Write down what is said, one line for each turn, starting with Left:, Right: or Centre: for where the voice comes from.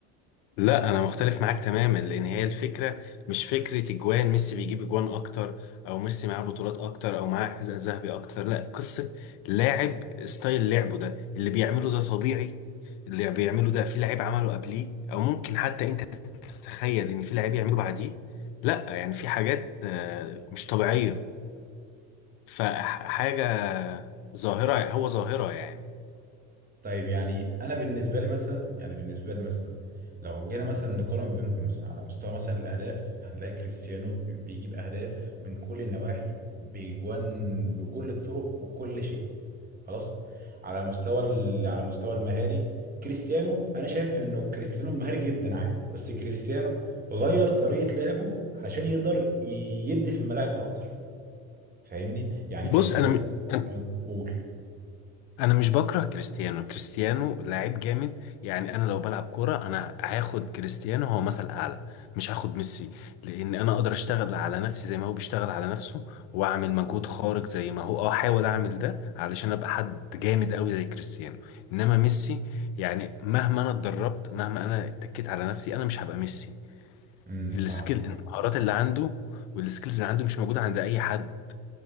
Left: لا انا مختلف معاك تماما لان هي الفكره مش فكره اجوان ميسي بيجيب اجوان اكتر او ميسي معاه بطولات اكتر او معاه حذاء ذهبي اكتر لا قصه لاعب ستايل لعبه ده اللي بيعمله ده طبيعي اللي بيعمله ده في لعيب عمله قبليه او ممكن حتى انت تتخيل ان في لعيب يعمله بعديه لا يعني في حاجات آه، مش طبيعيه فحاجه ظاهره هو ظاهره يعني
Right: طيب يعني انا بالنسبه لي مثلا يعني بالنسبه لي مثلا لو جينا مثلا نقارن بينهم مثلا على مستوى مثلا الاهداف هنلاقي كريستيانو بي- بيجيب اهداف من كل النواحي بيجوان بكل الطرق وكل شيء خلاص على مستوى ال- على مستوى المهاري كريستيانو انا شايف انه كريستيانو مهاري جدا عادي بس كريستيانو غير طريقه لعبه علشان يقدر ي- يدي في الملاعب اكتر فاهمني يعني
Left: بص
Right: كريستيانو
Left: انا م- انا
Right: أو- قول
Left: أنا مش بكره كريستيانو كريستيانو لاعب جامد يعني انا لو بلعب كوره انا هاخد كريستيانو هو مثل اعلى مش هاخد ميسي لان انا اقدر اشتغل على نفسي زي ما هو بيشتغل على نفسه واعمل مجهود خارق زي ما هو اه احاول اعمل ده علشان ابقى حد جامد قوي زي كريستيانو انما ميسي يعني مهما انا اتدربت مهما انا اتكيت على نفسي انا مش هبقى ميسي
Right: امم فاهم
Left: السكيل المهارات اللي عنده والسكيلز اللي عنده مش موجوده عند اي حد